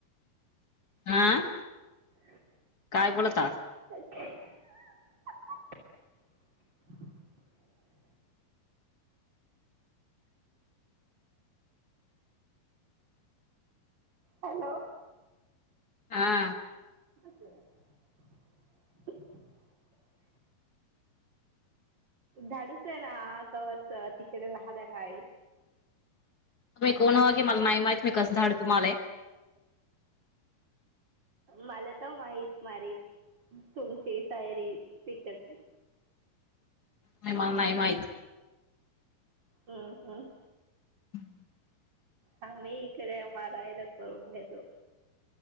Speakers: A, on the left (about 45°); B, on the right (about 30°).
A: आं
B: <unintelligible>
A: काय बोलता
B: <unintelligible> हॅलो
A: हा
B: <unintelligible> धाडूस आहे ना कवरत तिकडे राहिल्या ककाही
A: तुम्ही कोण हो की मला नाही माहित मी कसं धाड तुम्हाला.
B: मला तर माहित मारी तुमची सायरी पिकडली.
A: म मला नाही माहीित
B: हम्म हम्म
A: हम्
B: हा मी इकडे मारा इला करून घेतो.